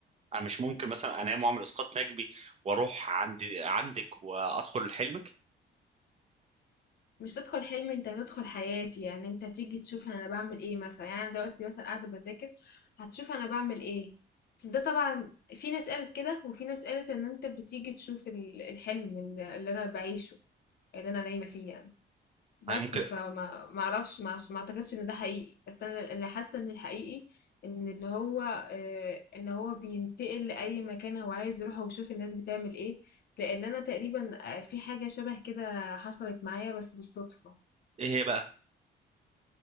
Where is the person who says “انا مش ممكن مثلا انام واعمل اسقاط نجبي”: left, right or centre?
Right